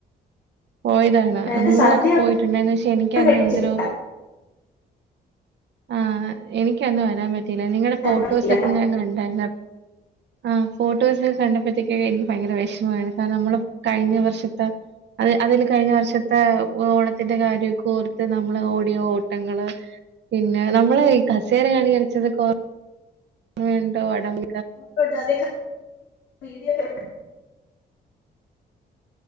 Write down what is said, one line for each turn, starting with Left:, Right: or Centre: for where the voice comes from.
Right: പോയതാണ്
Left: അതിന്
Right: നിങ്ങളൊക്കെ
Left: സദ്യ
Right: പോയിട്ട്ണ്ട് എന്ന് വെച്ചാ എനിക്ക്
Left: ഒന്നും
Right: അന്ന്
Left: കഴിച്ചില്ല
Right: എന്തൊരോ ആഹ് എനിക്കന്ന് വരാൻ പറ്റ് പിന്നെ നിങ്ങളുടെ ഫോട്ടോസൊക്കെ
Left: പറ്റിയില്ല
Right: ഞാനന്ന് കണ്ടാര്ന്നപ് ആഹ് ഫോട്ടോസൊക്കെ കണ്ടപ്പഴേത്തേക്ക് എനിക്ക് ഭയങ്കര വെഷ്മായിന്ന് കാരണം നമ്മള് കഴിഞ്ഞ വർഷത്തെ അത് അതില് കഴിഞ്ഞ വർഷത്തെ ഓണത്തിന്റെ കാര്യൊക്കെ ഓർത്ത് നമ്മള് ഓടിയ ഓട്ടങ്ങള് പിന്നെ നമ്മള് ഈ കസേര കളി കൾച്ചതൊക്കെ ഓർ ർമയുണ്ടോ വടം വ
Left: <unintelligible>